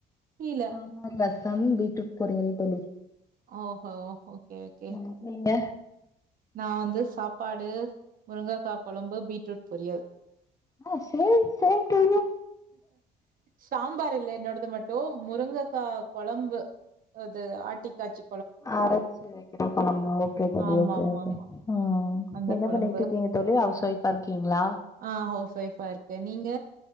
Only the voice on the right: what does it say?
புரியல
ஓஹோ ஓ ஓகே ஓகே
நா வந்து சாப்பாடு முருங்கக்கா கொழம்பு பீட்ரூட் பொரியல்
sambar இல்ல என்னோடது மட்டு முருங்கக்கா கொழம்பு அது ஆட்டி காச்சி
ஆமா
ஆமா
ஆமா
அந்த
கொழம்பு
ஆ ஹவுஸ் ஒய்ஃபா இருக்கே நீங்க